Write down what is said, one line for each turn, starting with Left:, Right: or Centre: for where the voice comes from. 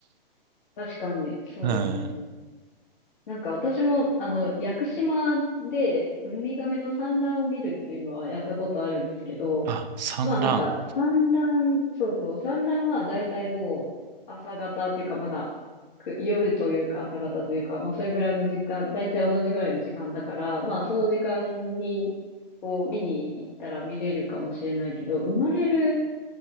Left: 確かに、そうですね。
Right: うん。
Left: なんか私も、あの、屋久島でウミガメの産卵を見るっていうのはやったことあるんですけど、
Right: あ、産卵。
Left: まあなんか産卵、そうそう、産卵はだいたいもう朝方っていうかまだく夜というか朝方というか、まあそれぐらいの時間、だいたい同じぐらいの時間だから、まあその時間にこう見に行ったら見れるかもしれないけど、生まれる